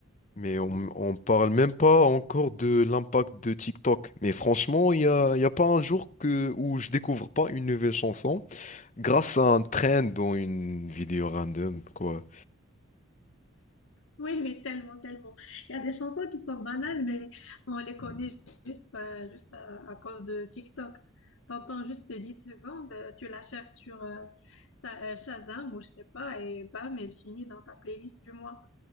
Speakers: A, on the left; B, on the left.
A: Mais on, on parle même pas encore de l'impact de TikTok. Mais franchement, il y a, il y a pas un jour que, où je découvre pas une nouvelle chanson. grâce à un trend dans une vidéo random, quoi.
B: Oui, oui, tellement, tellement. Il y a des chansons qui sont banales, mais on les connaît juste, pas- juste à, à cause de TikTok. T'entends juste 10 secondes, euh, tu la cherches sur euh, Sa- euh, Shazam ou je sais pas, et bam, elle finit dans ta playlist du mois.